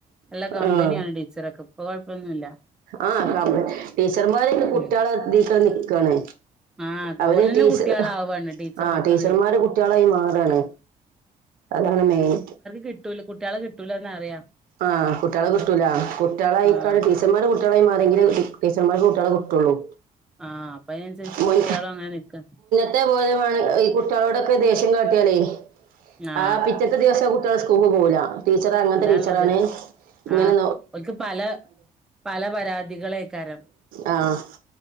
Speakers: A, in the centre; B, on the right.
A: നല്ല കമ്പനിയാണ്
B: ആ
A: ടീച്ചറൊക്കെ ഇപ്പൊ കൊഴപ്പൊന്നുല്ല
B: ആ പറഞ്ഞു ടീച്ചർമാരൊക്കെ കുട്ടികളേ
A: ഉം
B: ബേസ് ചെയ്ത് നിക്കാണ്
A: ആഹ്
B: അവര്
A: ഓലന്നെ
B: ടീച്ച
A: കുട്ടികളാവാണ് ടീച്ചർമാരെ
B: ആ ടീച്ചർമാര് കുട്ടികളായി മാറാണ് അതാണ് മെയിൻ
A: കിട്ടൂല്ല കുട്ട്യാളെ കിട് ട്ടൂല്ലന്നറിയാം.
B: ആഹ് കുട്ടിയളെ കിട്ടൂല കുട്ടിയള അയ്ക്ക
A: ആഹ് അപ്പൊ
B: ടീച്ചർമാര് കൂട്ടാളെ <unintelligible> ടീച്ചർമാർക് കുട്ട്യാളെ കിട്ടുള്ളൂ
A: ആഹ് അപ്പ അയിനനുസരിച്ച്
B: മുൻ
A: കുട്ടിയളും അങ്ങനെ നിക്ക
B: <unintelligible> ഈ കുട്ടികളോടൊക്കെ ദേഷ്യം കാട്ടിയാലേ
A: ആഹ്
B: ആ പി ഇന്നത്തെ ദിവസം കുട്ടിയൾ സ്കൂൾക്ക് പോവുല്ല ടീച്ചർ അങ്ങനത്തെ
A: അതാള്ളത്
B: ടീച്ചർ ആണ് ഇങ്ങനെ
A: ആഹ് ഓല്ക്ക് പല പല പരാതികളെക്കാരം
B: ആഹ്